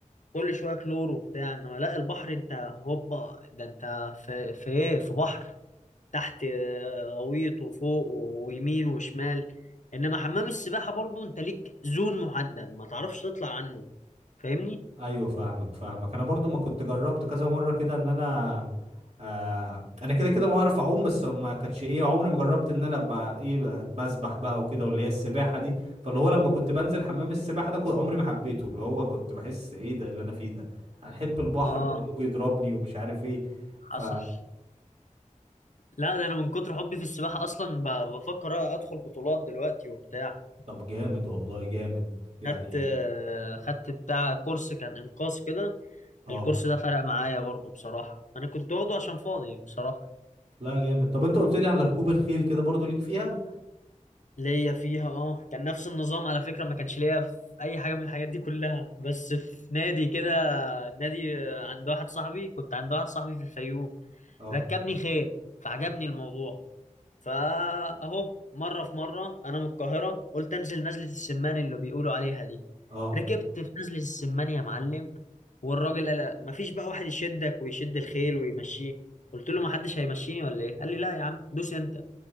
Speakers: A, on the left; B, on the right.
A: كل شويه كلور وبتاع انما لا البحر انت هوبا ده انت في في ايه في بحر تحت آه، غويط وفوق ويمين وشمال انما حمام السباحة برضو انت ليك زون محدد ما تعرفش تطلع عنه فاهمني
B: ايوه فاهمك فاهمك انا برضو ما كنت جربت كذا مرة كده ان انا آه انا كده كده بعرف اعوم بس ما كانتش ايه عمري ما جربت ان انا ابقى ايه ب- بسبح بقى وكده واللي هي السباحه دي فاللي هو لما كنت بنزل حمام السباحه ده كنت عمري ما حبيته اللي هو كنت بحس ايه ده اللي انا فيه ده انا احب البحر
A: اه
B: والموج يضربني ومش عارف ايه ف
A: حصل لا ده انا من كتر حبي في السباحة اصلا ب- بفكر ادخل بطولات دلوقتي وبتاع
B: طب جامد والله جامد يعني
A: خدت آه، خدت بتاع كورس كان انقاذ كده
B: اه
A: الكورس ده فرق معايا برضو بصراحة انا كنت واخده عشان فاضي بصراحة
B: لا جامد طب انت قلت لي على ركوب الخيل كده برضو ليك فيها
A: ليا فيها اه كان نفس النظام على فكرة ما كانش ليا في اي حاجة من الحاجات دي كلها بس في نادي كده نادي عند واحد صاحبي كنت عند واحد صاحبي في الفيوم
B: اه
A: ركبني خيل فعجبني الموضوع فاهو مرة في مرة انا من القاهرة قلت انزل نزلة السمان اللي بيقولوا عليها دي
B: اه
A: ركبت في نزلة السمان يا معلم والراجل قال لا، مفيش بقى واحد يشدك ويشد الخيل ويمشيه قلت له ما حدش هيمشيني ولا ايه قال لي لا يا عم دوس انت